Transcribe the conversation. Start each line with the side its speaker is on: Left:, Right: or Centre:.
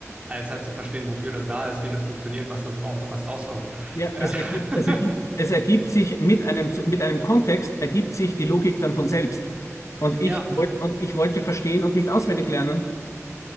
Right: als halt zu verstehen, wofür das da ist, wie das funktioniert, was das braucht und was rauskommt.
Left: Ja,
Right: Äh,
Left: es ergibt, es
Right: <laughs>
Left: ergibt, es ergibt sich mit einem, zu- mit einem Kontext, ergibt sich die Logik dann von selbst. Und
Right: Ja,
Left: ich wollte, und ich wollte verstehen und nicht auswendig lernen.